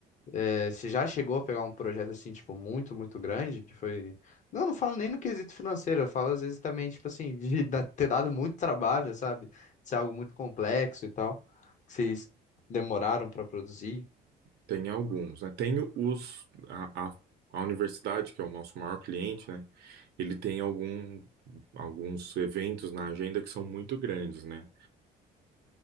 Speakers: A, on the left (about 45°); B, on the right (about 70°).
A: É, você já chegou a pegar um projeto, assim, tipo, muito, muito grande, que foi... Não, não falo nem no quesito financeiro, eu falo, às vezes, também, tipo assim, de <laughs> da- ter dado muito trabalho, sabe? De ser algo muito complexo e tal, que vocês demoraram pra produzir.
B: Tem alguns, né? Tem os a, a, a universidade, que é o nosso maior cliente, né? Ele tem algum, alguns eventos na agenda que são muito grandes, né?